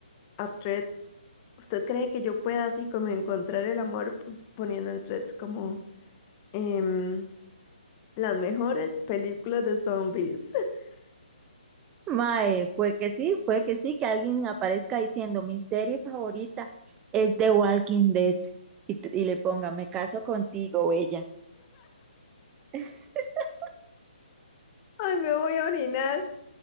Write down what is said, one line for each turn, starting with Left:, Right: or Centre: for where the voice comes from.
Left: a threads. ¿Usted cree que yo pueda así como encontrar el amor pues poniendo en threads como em, las mejores películas de zombies? <laughs>
Right: Mae, puede que sí, puede que sí, que alguien aparezca diciendo, mi serie favorita es The Walking Dead, y, t- y le ponga, me caso contigo, ella <laughs>
Left: Ay, me voy a orinar.